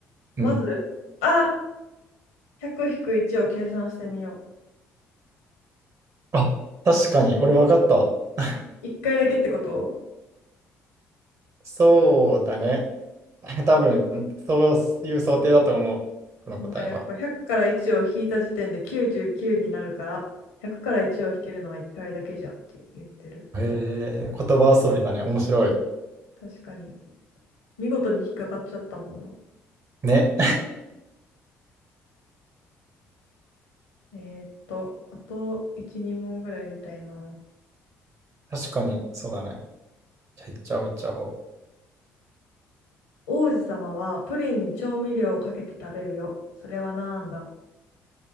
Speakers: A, on the left; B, on the right.
A: まず、
B: うん。
A: あ !100 引く1を計算してみよ
B: あ、確かに、俺分かった。
A: う。1回だけってこと
B: そうだね。<laughs> 多分、そういう想定だと思う。この答えは。
A: お前やっぱ100から1を引いた時点で99になるから、100から1を引けるのは1回だけじゃんって言ってる。
B: ええ言葉遊びだね。
A: リーさん
B: 面白い。
A: 確かに。見事に引っかかっちゃったもんな。
B: ね。
A: えーっと、あと1、2問ぐらいやりたいな。
B: 確かに、そうだね。じゃあ、いっちゃおう、いっちゃおう。
A: 王子様はプリンに調味料をかけて食べるよ。それはなんだ